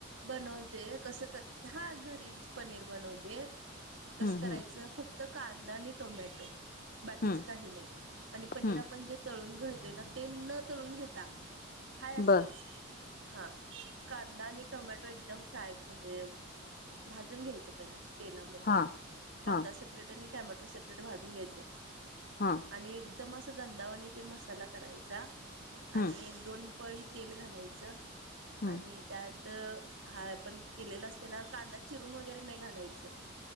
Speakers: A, on the right; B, on the left.
A: बनवते कसं करते हा घरीचं पनीर बनवते. - <unintelligible> कसं
B: हम्म
A: करायचं
B: हम्म
A: फक्तं. - तं कांदा आणि टोमॅटो बाकीचं
B: हम्म
A: काही नाही आणि पनीर
B: हम्म
A: आपण जे. - तळून घालतोय नां तेन तळून घेता हायंअसचं.
B: बर
A: - हा <inaudible> कांदा आणि टोमॅटो एकदम फ्राय म्हणजे भाजून घ्यायचं पहिला. - तेलामध्ये
B: हा
A: कांदा
B: हा
A: सेपरेट आणि टोमॅटो सेपरेट भाजून घ्यायचं. -
B: हांअ. -
A: आणि एकदम असं गंधावाने ते मसाला करायचा <unintelligible>
B: हम्म
A: आणि. - दोनं पळी तेल घालायचं
B: हम्म
A: आणि. - त्यातं हां आपण केलेला असते नां कांदा चिरून वगैरे नाही घालायचं. -